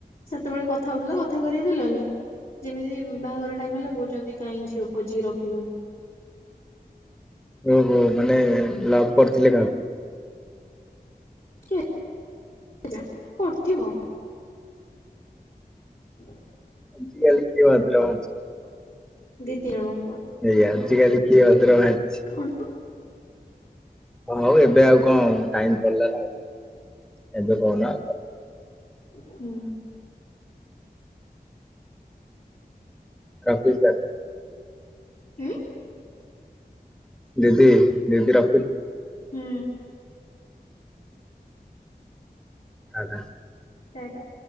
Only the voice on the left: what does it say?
ସେତେବେଳେ କଥା ହଉଥିଲା କଥା କରେଇ ଦେଲନି। ଯେମିତି ବାହାଘର ଟାଇମ ହେଲା କହୁଛନ୍ତି କାହିଁ ଝିଅ ଖୋଜିକି ରଖିଲୁନି।
କେଜାଣି କରିଥିବ। ହୁଁ।
ଦିଦି ଜଣକୁ।
କଣ
ହୁଁ।
ହୁଁ ।
ହୁଁ।
ଟା-ଟା।